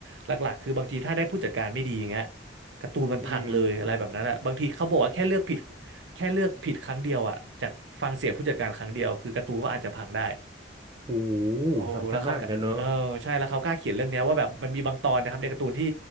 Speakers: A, on the right; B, on the right.
A: หลักๆคือบางทีถ้าได้ผู้จัดการไม่ดีอย่างเงี้ยการ์ตูนมันพังเลยอะไรแบบนั้นอ่ะบางทีเขาบอกว่าแค่เลือกผิด
B: อืม
A: แค่เลือกผิดครั้งเดียวอะจากฟังเสียงผู้จัดการครั้งเดียวคือการ์ตูนก็อาจจะพังได้
B: โอ้โหสำคัญมากเหมือนกันเนอะ
A: โอ้แล้วเขาก็เออใช่แล้วเขากล้าเขียนเรื่องเนี้ยว่าแบบมันมีบางตอนนะครับในการ์ตูนที่